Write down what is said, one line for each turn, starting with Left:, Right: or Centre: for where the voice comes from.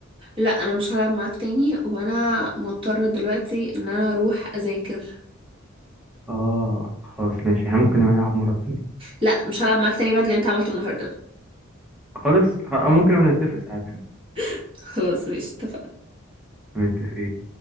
Right: لا انا مش هلعب معاك تاني وانا مضطر دلوقتي ان انا اروح اذاكر
Centre: اه خلاص ماشي احنا ممكن نبقى نلعب مرة تانية
Right: لا مش هلعب معاك تاني بعد اللي انت عملته النهاردة
Centre: خالص خ- أو ممكن نبقى نتفق ساعتها
Right: <laughs> خلاص ماشي اتفقنا
Centre: نتفق إيه؟